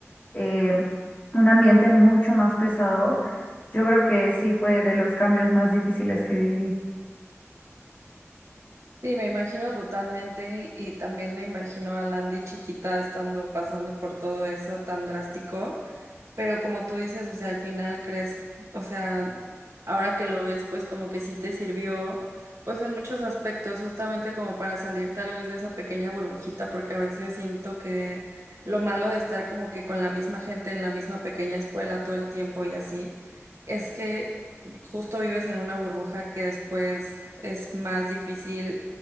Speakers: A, on the left; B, on the right.
A: eh, un ambiente mucho más pesado, yo creo que sí fue de los cambios más difíciles que viví.
B: Sí, me imagino totalmente y también me imagino a Landy chiquita estando pasando por todo eso tan drástico. Pero como tú dices, o sea, al final crees, o sea, ahora que lo ves, pues como que sí te sirvió, pues en muchos aspectos, justamente como para salir tal vez de esa pequeña burbujita, porque a veces siento que lo malo de estar como que con la misma gente en la misma pequeña escuela todo el tiempo y así, es que justo vives en una burbuja que después es más difícil